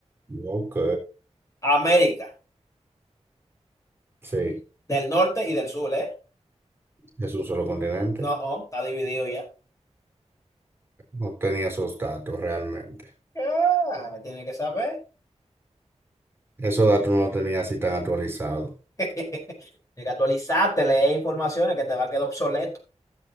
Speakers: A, on the right; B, on the left.
A: Ok.
B: América,
A: Sí,
B: del norte y del sur, ¿eh?
A: es un solo continente.
B: No, oh, está dividido ya.
A: No tenía esos datos realmente.
B: Ah, tiene que saber.
A: Esos datos no los tenía así tan actualizados.
B: <laughs> Tienes que actualizarte, leer informaciones que te va a quedar obsoleto.